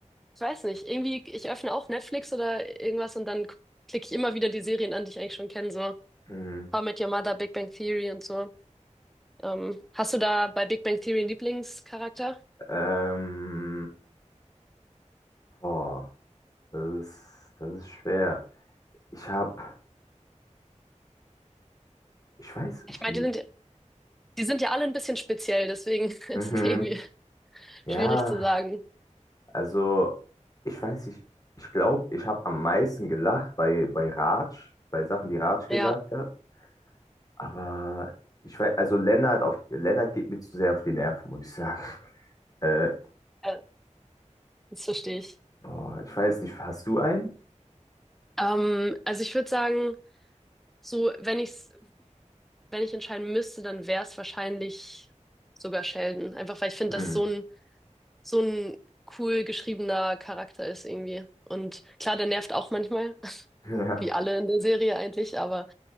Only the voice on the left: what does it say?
Mhm.
Ähm, boah, das ist, das ist schwer. Ich habe, ich weiß,
ich,
mhm,
ja.
Also, ich weiß nicht, ich glaube, ich habe am meisten gelacht bei, bei Raj, bei Sachen, die Raj gesagt
hat. Aber ich weiß, also Lennart, auf, Lennart geht mir zu sehr auf die Nerven, muss ich sagen. <laughs> Äh,
boah, ich weiß nicht, hast du einen?
Hm,
ja.